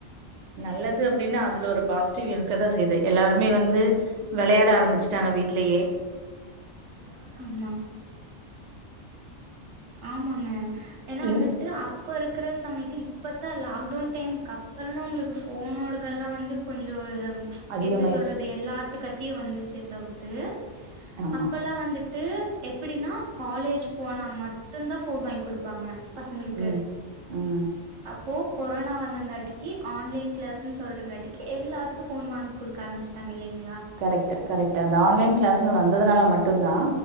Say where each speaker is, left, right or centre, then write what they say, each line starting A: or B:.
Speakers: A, on the right (about 85°); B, on the right (about 35°).
A: நல்லது அப்படின்னா அதுல ஒரு பாசிட்டிவ் இருக்கதான் செய்யுது எல்லாருமே வந்து விளையாட ஆரம்பிச்சுட்டாங்க வீடலயே
B: ஆமாங்க ஆமாங்க என்னா
A: இன்
B: வந்துட்டு அப்ப இருக்கற சமயத்துல இப்பத்தா லாக்டவுன் டைமுக்கு அப்புறம் தான் உங்களுக்கு ஃபோனோடதெல்லாம் வந்து கொஞ்சே
A: அதிகமாயிருச்சு
B: எப்படி சொல்றது எல்லாத்து கட்டியும் வந்துச்சு தவு தே
A: ஆமா
B: அப்பெல்லாம் வந்துட்டு ட்டு எப்படின்னா காலேஜ் போனா மட்டும்தான் போன் வாங்கி கொடுப்பாங்க பசங்களுக்கு
A: ம் ம்
B: அப் இப்போ கொரோனா வந்தங்காட்டி ஆன்லைன் கிளாஸ்ன்னு சொல்றங்கட்டி எல்லாத்துக்கும் ஃபோன் வாங்கி கொடுக்க ஆரம்பிச்சுடாங்க இல்லைங்க
A: கரெக்ட் கரெக்ட் அந்த ஆன்லைன் கிளாஸ்ன்னு வந்ததுனால மட்டும்தான்